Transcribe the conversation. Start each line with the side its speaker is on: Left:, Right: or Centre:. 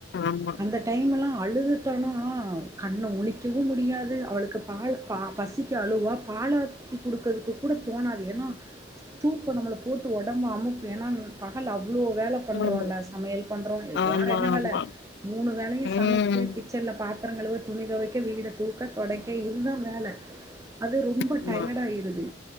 Left: ஆமா
Right: அந்த டைம்லா அழுதுட்டோனா கண்ண முழிக்கவு முடியாது அவளுக்கு பால் கா பசிக்கு அழுவுவா பாலு ஆத்தி குடுக்குறதுக்கு கூட தோணாது எஏன்னா தூக்கோ நம்ம போட்டு ஒடம்ப அமுக்கு ஏனா பகல்ல அவ் இவ்ளோ வேல பண்றோல
Left: ஆமா
Right: சமையல் பண்றோ
Left: ஆமா
Right: வேற என்ன வேல
Left: ஆமா
Right: மூணு வேலையு
Left: ம்
Right: சமைக்க கிட்சன்ல பாத் பாத்தரங்கலுவ துணி தொவைக்க வீட தூக்க தொடைக்க இது தா வேல அது ரொம்ப
Left: ஆமா
Right: டயடாயிறுது